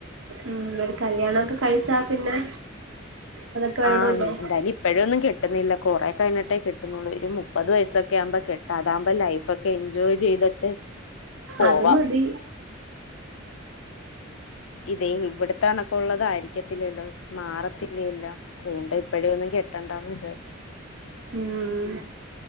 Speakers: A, on the right; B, on the left.
A: ഉം ഒരു കല്യാണൊക്കെ കഴിച്ചാ പിന്നെ അതൊക്കെ വേണല്ലോ
B: ആഹ് എന്തായാലും ഇപ്പഴൊന്നും കെട്ടുന്നില്ല കൊറെ കഴിഞ്ഞിട്ടേ കെട്ടുന്നുള്ളൂ ഒരു മു മുപ്പത് വയസ്സൊക്കെ ആവുമ്പോ കെട്ട അതാകുമ്പോ ലൈഫൊക്കെ എൻജോയ് ചെയ്തിട്ട് പോവാം
A: അതു മതി
B: ഇതേ ഇവിട് ണക്കുള്ളതായിരിക്കത്തില്ലല്ലോ മാറത്തില്ലേലോ അതുകൊണ്ട് ഇപ്പഴേ ഒന്നും കെട്ട്ടണ്ടാന്ന് വിചാരിച്ചു.
A: ഉം